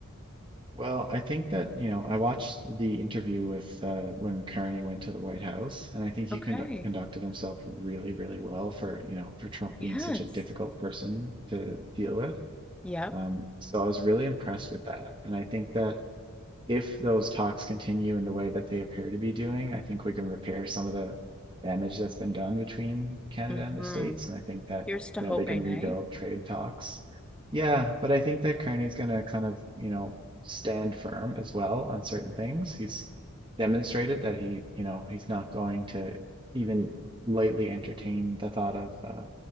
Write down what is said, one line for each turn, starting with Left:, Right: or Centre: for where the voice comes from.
Right: Well, I think that, you know, I watched the interview with uh, when Carney went to the White House, and I think he
Centre: Okay.
Right: condu conducted himself really, really well for, you know, for Trump
Centre: Yes.
Right: being such a difficult person to deal with.
Centre: Yep.
Right: Um, so I was really impressed with that. And I think that, if those talks continue in the way that they appear to be doing, I think we can repair some of the damage that's been done between Canada
Centre: hmm
Right: and the States. And I think that,
Centre: Here's to
Right: you
Centre: hoping,
Right: know, they can rebuild
Centre: eh?
Right: trade talks. Yeah, but I think that Kearney's going to kind of, you know, stand firm as well on certain things. He's demonstrated that he, you know, he's not going to even lightly entertain the thought of, uh,